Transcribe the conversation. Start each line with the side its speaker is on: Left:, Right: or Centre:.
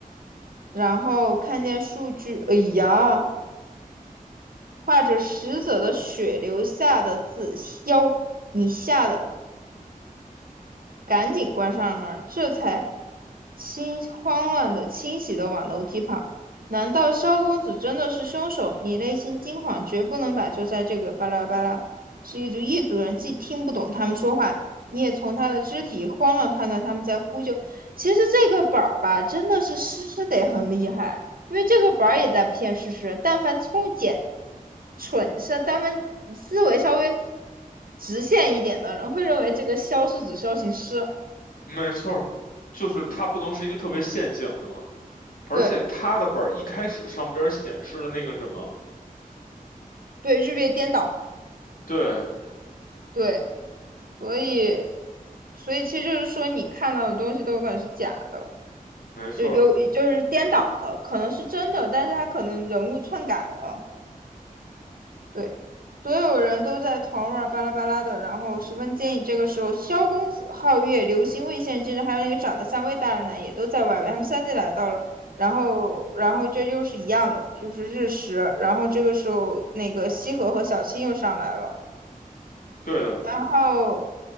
Right: 然后看见数据，哎呀，画着死者的血留下的字消，你吓得赶紧关上门儿，这才清慌乱的、清洗的往楼梯跑。难道萧公子真的是凶手？你内心惊慌，绝不能把就在这个巴拉巴拉，是一组一组人，既听不懂他们说话，你也从他的肢体慌乱判断他们在呼救。其实这个本儿吧，真的是诗诗得很厉害。因为这个本儿也在骗事实，但凡聪简、蠢是，但凡思维稍微直线一点的人，会认为这个肖是指肖行师，
Left: 没错儿，就是他不能是一个特别线性的嘛，而且他的本儿一开始上边儿显示了那个什么，
Right: 对对，日月颠倒，
Left: 对，
Right: 对，所以所以其实就是说，你看到的东西都有可能是假的，
Left: 没错儿，
Right: 就有就是颠倒的，可能是真的，但是他可能人物篡改了。对，所有人都在团儿啊巴拉巴拉的，然后十分建议这个时候，萧公子、皓月、流星、魏县先生，还有那个长得像魏大人的，也都在外围。他们相继来到了，然后，然后这又是一样了，又是日食。然后这个时候，那个西河和小青又上来了。
Left: 对的
Right: 然后